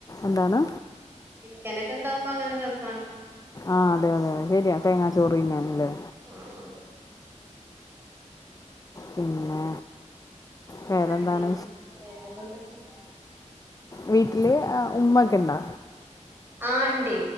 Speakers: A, on the left (about 30°); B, on the right (about 15°).
A: എന്താണ്
B: ചിക്കനെ ണ്ടാവുമ്പോ അങ്ങനെ രസ്
A: ആഹ അതെ അതെതെ ശരിയാ തേങ്ങാ ചോറിന്നാന്ല്ലേ
B: ആഹ്
A: പിന്നെ വേറെന്താണ്
B: പിന്നെ വേറെന്തൊക്കെ
A: വീട്ടില് ഉമ്മ ഒക്കെ ഇണ്ടാ
B: ആ ഇണ്ടേ